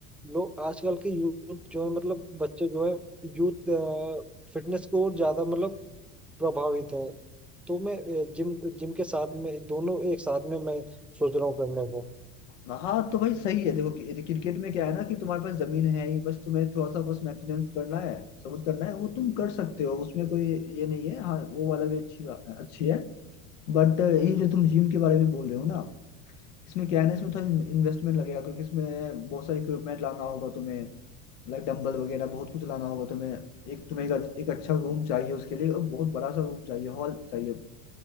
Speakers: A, in the centre; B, on the left.
A: लोग आजकल के यूथ जो है मतलब बच्चे जो है यूथ फिटनेस को और ज्यादा मतलब प्रभावित है तो मैं जिम जिम के साथ में दोनों एक साथ में मैं सोच रहा हूँ करने को
B: हाँ तो भाई सही है देखो कि- क्रिकेट में क्या है ना कि तुम्हारे पास जमीन है ही बस तुम्हें थोड़ा सा बस मेंटेनेंस करना है सब कुछ करना है वो तुम कर सकते हो उसमें कोई ये नहीं है हाँ वो वाला भी अच्छी बा- अच्छी है बट ये जो तुम जिम के बारे में बोल रहे हो ना इसमें क्या है ना इसमें थोड़ा इन्वेस्टमेंट लगेगा क्योंकि इसमें बहुत सारे इक्विपमेंट लाना होगा तुम्हें लाइक डंबल वगैरह बहुत कुछ लाना होगा तुम्हें एक तुम्हें एक, एक अच्छा रूम चाहिए उसके लिए और बहुत बड़ा सा रूम चाहिए हॉल चाहिए